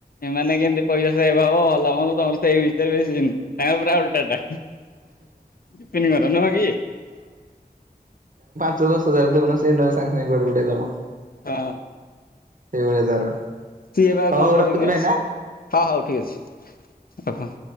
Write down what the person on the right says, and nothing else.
ତୁ ଦଶ ହଜାର ଦଉନ ସାଙ୍ଗେ ସାଙ୍ଗେ କୁଆଡେ ଉଡ଼େଇଦବ।
ଏଇଭଳିଆ ତାର
ହଉ
ହଉ
ରଖୁଛି
ଭାଇନା।